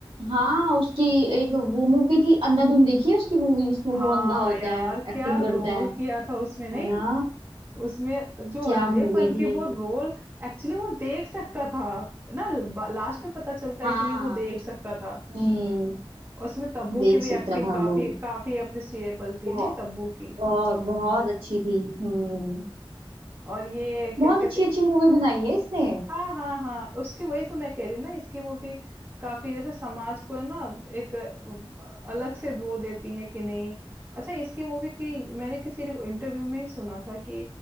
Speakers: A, on the right; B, on the right.
A: हाँ उसकी एक वो मूवी थी अंधाधुन देखी है उसकी मूवी जिसमें
B: हाँ
A: वो अंधा होता
B: यार
A: है एक्टिंग
B: क्या
A: करता
B: रोल
A: है
B: किया था उसमें नहीं
A: है ना
B: उसमें जो
A: क्या
B: अंधेपन
A: मूवी थी
B: की वो रोल एक्चुअली वो देख सकता था ना लास्ट में पता चलता
A: हाँ
B: है कि नहीं वो देख सकता था
A: हम्म
B: और उसमें तब्बू
A: देख
B: की भी
A: सकता
B: एक्टिंग
A: था
B: काफी
A: वो
B: काफी अप्रिसिएबल थी
A: बहुत
B: नहीं तब्बू की
A: बहुत बहुत अच्छी थी हम्म
B: और ये
A: बहुत
B: क्या कहते
A: अच्छी अच्छी मूवी बनाई है इसने
B: हाँ हाँ हाँ उसकी वही तो मैं कह रही हूँ ना इसकी मूवी काफी जैसे समाज को ना एक अ, अलग से वो देती है कि नहीं अच्छा इसकी मूवी की मैंने किसी इंटरव्यू में ही सुना था कि